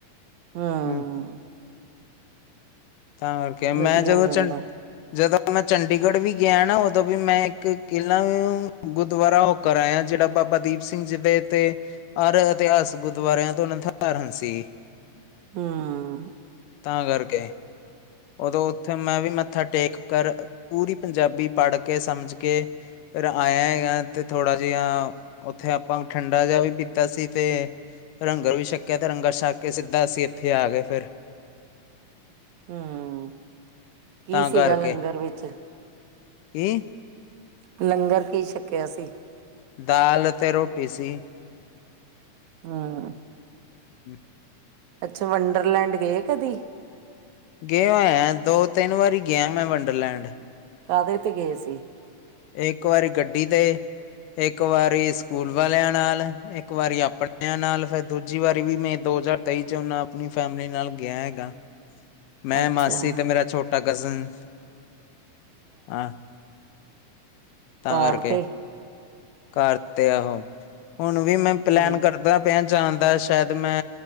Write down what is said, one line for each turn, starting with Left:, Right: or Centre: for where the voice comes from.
Right: ਹਾਂ
Left: ਹੂੰ ਤਾਂ ਕਰਕੇ ਮੈਂ
Right: ਵਧੀਆ
Left: ਜਦੋਂ
Right: ਗੱਲ
Left: ਚੰ
Right: ਹੈ
Left: ਜਦੋਂ ਮੈਂ ਚੰਡੀਗੜ੍ਹ ਵੀ ਗਿਆ ਨਾ ਉਦੋਂ ਵੀ ਮੈਂ ਇੱਕ ਕਿਲਾ ਗੁਰਦੁਆਰਾ ਹੋਕਰ ਆਇਆ ਜਿਹੜਾ ਬਾਬਾ ਦੀਪ ਸਿੰਘ ਜੀ ਦੇ ਤੇ ਹਰ ਇਤਿਹਾਸਕ ਗੁਰਦੁਆਰਿਆਂ ਤੋਂ ਨਿਰਧਾਰਨ ਸੀ।
Right: ਹਾਂ
Left: ਤਾਂ ਕਰਕੇ ਉਦੋਂ ਉੱਥੇ ਮੈਂ ਵੀ ਮੱਥਾ ਟੇਕ ਕਰ ਪੂਰੀ ਪੰਜਾਬੀ ਪੜ੍ਹ ਕੇ ਸਮਝ ਕੇ ਆਇਆ ਹੈਗਾ ਤੇ ਥੋੜ੍ਹਾ ਜਿਹਾ ਉੱਥੇ ਆਪਾਂ ਠੰਡਾ ਜਿਹਾ ਵੀ ਪੀਤਾ ਸੀ ਤੇ ਰੰਗਰ ਵੀ ਛਕਿਆ ਤੇ ਰੰਗਰ ਛੱਕ ਕੇ ਸਿੱਧਾ ਅਸੀਂ ਇੱਥੇ ਆ ਗਏ ਫੇਰ।
Right: ਹੂੰ ਕੀ
Left: ਤਾਂ
Right: ਸੀਗਾ
Left: ਕਰਕੇ
Right: ਲੰਗਰ ਵਿੱਚ?
Left: ਕੀ
Right: ਲੰਗਰ ਕੀ ਛਕਿਆ ਸੀ?
Left: ਦਾਲ ਅਤੇ ਰੋਟੀ ਸੀ।
Right: ਹਾਂ
Left: <inaudible>
Right: ਅੱਛਾ ਵੰਡਰਲੈਂਡ ਗਏ ਕਦੀ?
Left: ਗਏ ਹੋਏ ਆ ਦੋ-ਤਿੰਨ ਵਾਰੀ ਗਿਆ ਮੈਂ ਵੰਡਰਲੈਂਡ।
Right: ਕਾਹਦੇ ਤੇ ਗਏ ਸੀ?
Left: ਇੱਕ ਵਾਰੀ ਗੱਡੀ ਤੇ ਇੱਕ ਵਾਰੀ ਸਕੂਲ ਵਾਲਿਆਂ ਨਾਲ, ਇੱਕ ਵਾਰੀ ਆਪਣਿਆਂ ਨਾਲ ਫਿਰ ਦੂਜੀ ਵਾਰੀ ਵੀ ਮੈਂ ਦੋ ਦੋ ਹਜ਼ਾਰ ਤੇਈ 'ਚ ਉਹਨਾਂ ਆਪਣੀ ਫੈਮਲੀ ਨਾਲ ਗਿਆ ਹੈਗਾ। ਮੈਂ,
Right: ਅੱਛਾ
Left: ਮਾਸੀ ਤੇ ਮੇਰਾ ਛੋਟਾ ਕਜ਼ਨ। ਹਾਂ ਤਾਂ
Right: ਕਾਰ
Left: ਕਰਕੇ
Right: ਤੇ
Left: ਕਰ ਤੇ ਆਹੋ ਹੁਣ ਵੀ ਮੈਂ ਪਲੈਨ
Right: ਹੂੰ
Left: ਕਰਦਾ ਪਿਆ ਜਾਣ ਦਾ ਸ਼ਾਇਦ ਮੈਂ